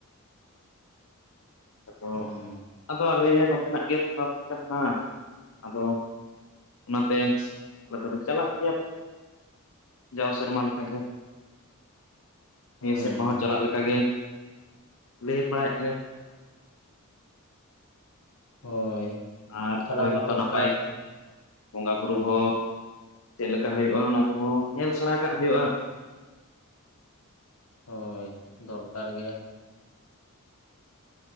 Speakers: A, on the left; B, on the left.
A: ᱟᱫᱚ
B: ᱦᱩᱸ
A: ᱟᱫᱚ ᱟᱞᱮ ᱱᱚᱛᱮ ᱱᱟᱜ ᱜᱮ ᱵᱚᱢᱠᱟ ᱯᱨᱚᱵ ᱠᱟᱱᱟ ᱟᱫᱚ ᱚᱱᱟᱛᱮ ᱟᱞᱮ ᱫᱚᱞᱮ ᱪᱟᱞᱟᱜ ᱜᱮᱭᱟ ᱡᱟᱣ ᱥᱮᱨᱢᱟ ᱞᱮ ᱞᱮᱠᱟ ᱜᱮ ᱱᱤᱭᱟᱹ
B: ᱦᱩᱸ
A: ᱥᱮᱨᱢᱟ ᱦᱚᱸ ᱪᱟᱞᱟᱜ ᱞᱮᱠᱟ ᱜᱮ ᱞᱟᱹᱭ ᱵᱟᱲᱟᱭᱮᱫ ᱜᱮᱭᱟ
B: ᱦᱳᱭ
A: ᱟᱨ
B: ᱪᱟᱞᱟᱣ
A: ᱦᱳᱭ
B: ᱫᱚ
A: ᱢᱟᱛᱚ
B: ᱫᱚᱨᱠᱟᱨ
A: ᱱᱟᱯᱟᱭ ᱵᱚᱸᱜᱟ
B: ᱦᱩᱸ
A: ᱵᱩᱨᱩ ᱦᱚᱸ ᱪᱮᱫ ᱞᱮᱠᱟ ᱦᱩᱭᱩᱜᱼᱟ ᱚᱱᱟ ᱠᱚᱦᱚᱸ ᱧᱮᱞ ᱥᱮᱬᱟ ᱠᱟᱜ ᱦᱩᱭᱩᱜᱼᱟ
B: ᱦᱳᱭ ᱫᱚᱨᱠᱟᱨ ᱜᱮᱭᱟ